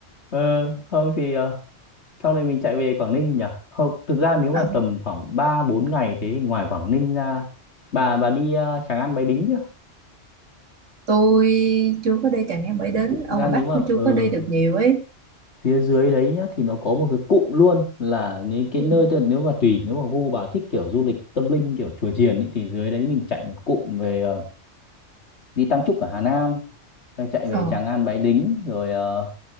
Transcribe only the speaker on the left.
Ờ, không thì ờ, sau này mình chạy về Quảng Ninh nhỉ không thực ra nếu
mà tầm khoảng 3 4 ngày thế thì ngoài Quảng Ninh ra bà bà đi ờ, Tràng An Bái Đính chưa?
thực ra
nếu
mà
ờ,
phía dưới đấy nhá thì nó có một cái cụm luôn là những cái
nơi tức là nếu mà tùy nếu mà gu bà thích kiểu du lịch tâm linh kiểu chùa chiền ý, thì dưới đấy mình chạy một cụm về ờ, đi Tam Trúc ở Hà Nam rồi chạy về
Tràng An Bái Đính rồi ờ,